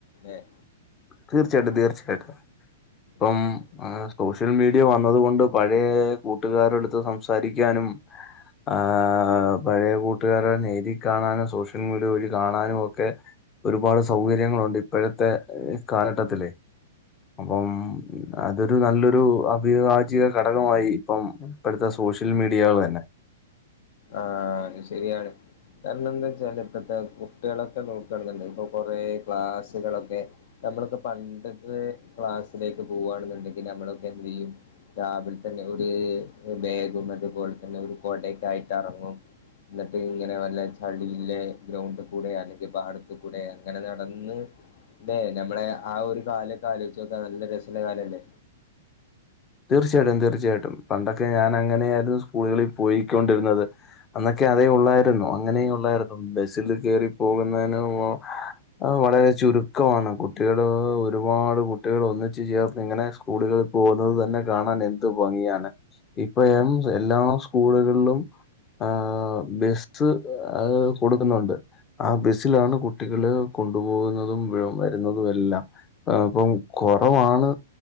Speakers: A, on the left; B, on the left.
A: ഏഹ്
B: തീർച്ചയായിട്ടും തീർച്ചയായിട്ടും ഇപ്പം
A: അല്ലെ
B: ആ സോഷ്യൽ മീഡിയ വന്നത് കൊണ്ട് പഴയ കൂട്ടുകാരടുത്ത് സംസാരിക്കാനും ആ പഴയ കൂട്ടുകാരെ നേരി കാണാനും സോഷ്യൽ മീഡിയ വഴി കാണാനും ഒക്കെ ഒരുപാട് സൗകര്യങ്ങളുണ്ട് ഇപ്പോഴത്തെ കാലഘട്ടത്തില് അപ്പം അതൊരു നല്ലൊരു അഭിഭാജിക ഘടകമായി ഇപ്പം ഇപ്പോഴത്തെ സോഷ്യൽ മീഡിയകള് തന്നെ
A: ആഹ അത് ശരിയാണ്. കാരണം എന്താ വെച്ചാല് ഇപ്പോഴത്തെ കുട്ടികളൊക്കെ നോക്കണെന്നുണ്ട് ഇപ്പൊ കൊറേ ക്ലാസ്സുകളൊക്കെ നമ്മളൊക്കെ പണ്ടത്തെ ക്ലാസ്സിലേക്ക് പോവാണ്ടെന്നുണ്ടെങ്കിൽ നമ്മളൊക്കെ എന്ത് ചെയ്യും രാവിലിൽ തന്നെ ഒരു ബേഗും അതുപോലെ തന്നെ ഒരു കൊടയൊക്ക ആയിട്ട് എറങ്ങും എന്നിട്ട് ഇങ്ങനെ നല്ല ചളിയിലെ ഗ്രൗണ്ടിൽ കൂടെ അല്ലെങ്കിൽ പാടത്ത് കൂടെ അങ്ങനെ നടന്ന് അല്ലെ നമ്മളെ ആ ഒരു കാലൊക്കെ ആലോചിച്ച് നോക്ക് നല്ല രസള്ള കാലല്ലേ
B: തീർച്ചയായിട്ടും തീർച്ചയായിട്ടും പണ്ടൊക്കെ ഞാൻ അങ്ങനെയ ആയിരുന്നു സ്കൂളുകളിൽ പോയിക്കൊണ്ടിരുന്നത്. അന്നൊക്കെ അതേ ഒള്ളായിരുന്നു അങ്ങനെയെ ഒള്ളായിരുന്നു ബസില് കയറി പോകുന്നേന് അത് വളരെ ചുരുക്കമാണ് കുട്ടികള് ഒരുപാട് കുട്ടികൾ ഒന്നിച്ച് ചേർന്ന് ഇങ്ങനെ സ്കൂളുകൾ പോന്നത് തന്നെ കാണാൻ എന്ത് ഭംഗിയാണ് ഇപ്പ എം എല്ലാ സ്കൂളുകളിലും ആ ബസ്സ് അത് കൊടുക്കുന്നുണ്ട്. ആ ബസ്സിലാണ് കുട്ടികള് കൊണ്ടു പോകുന്നതും വരുന്നതും എല്ലാം ആ ഇപ്പം കൊറവാണ്